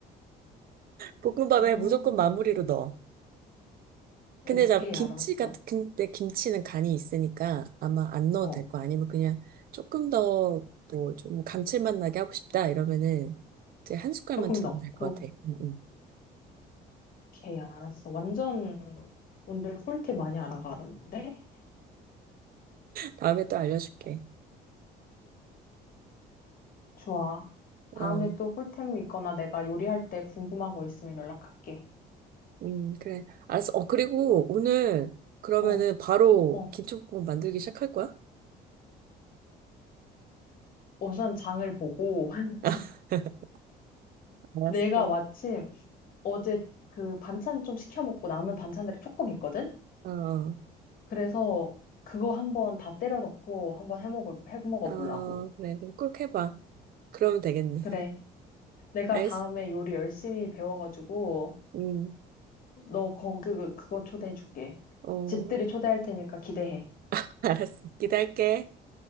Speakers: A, on the right; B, on the left.
A: 볶음밥에
B: 어,
A: 무조건 마무리로 넣어.
B: 오케이,
A: 근데 나 김치
B: 알았어.
A: 같은, 근데 김치는 간이 있으니까 아마 안 넣어도
B: 어,
A: 될 거 아니면 그냥 조금 더 뭐 좀 감칠맛 나게 하고 싶다 이러면은 이제 한 숟갈만
B: 조금
A: 두르면
B: 넣고,
A: 될 것 같아. 음, 음.
B: 오케이, 알았어. 완전 오늘 꿀팁 많이 알아가는데?
A: 다음에 또 알려줄게.
B: 좋아.
A: 어,
B: 다음에 또 꿀템 있거나 내가 요리할 때 궁금한 거 있으면 연락할게.
A: 음, 그래. 알았어. 어, 그리고 오늘 그러면은
B: 어,
A: 바로
B: 어.
A: 김치볶음 만들기 시작할 거야?
B: 우선 장을 보고 <laughs>
A: <laughs> 알았어.
B: 내가 마침 어제 그 반찬 좀 시켜 먹고 남은 반찬들이 조금 있거든?
A: 어,
B: 그래서 그거 한번 다 때려 넣고 한번 해 먹을 해 먹어
A: 어,
B: 보려고.
A: 그래. 그럼 꼭 해봐. 그러면 되겠네.
B: 그래. 내가
A: 알겠어.
B: 다음에 요리 열심히 배워 가지고
A: 음,
B: 너 거기 그- 그거 초대해 줄게.
A: 어,
B: 집들이 초대할 테니까 기대해.
A: <laughs> 알았어. 기대할게.